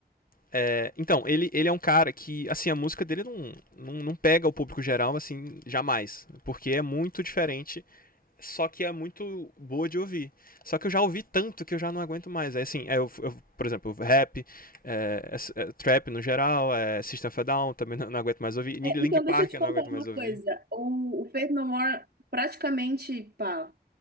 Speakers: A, on the left (about 60°); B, on the right (about 75°).
A: É, então, ele, ele é um cara que, assim, a música dele não, não, não pega o público geral, assim, jamais. Porque é muito diferente, só que é muito boa de ouvir. Só que eu já ouvi tanto que eu já não aguento mais. É assim, é, eu, eu, por exemplo, rap, é, é, é, trap no geral, é, System of a Down também não, não aguento mais ouvir. Linkin
B: É, então,
A: Park
B: deixa eu te
A: eu
B: contar
A: não aguento mais
B: uma
A: ouvir.
B: coisa. O, o Faith No More praticamente, pá,